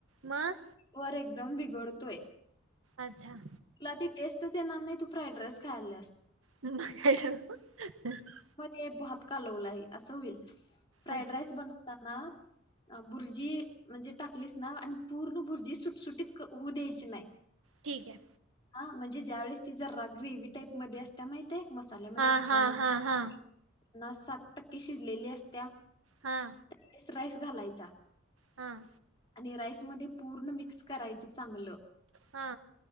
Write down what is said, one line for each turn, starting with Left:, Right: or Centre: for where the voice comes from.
Right: मंग
Left: वरं एकदंम बिघडतोय
Right: अच्छां
Left: तुला ती टेस्टंच येणारं नाहीं तूं फ्राईड राईस खाल्यांस
Right: मा काय <unintelligible>
Left: हे भातकालवलाय असं होईल फ्राईड
Right: अच्छा
Left: राईस बनवतांना भुर्जी म्हणजे टाकलीचं नां आणि पूर्ण भुर्जी सुटसुटीत होऊ द्यांयची नाहीं
Right: ठीक आहे
Left: हां म्हणजे ज्यां वेळेस ति जरं रांग रीवी टाईपमध्ये असतं त्यां माहितय मसाल्यांमध्ये
Right: हा
Left: घातल्यांनंत
Right: हा हा
Left: पन्नास
Right: हा
Left: सात टक्के शिजलेली असत्यां
Right: हां
Left: त्यांस राईस घालायंचा
Right: हां
Left: आणि राईसमध्यें पूर्ण मिक्स करायचं चांगलं
Right: हा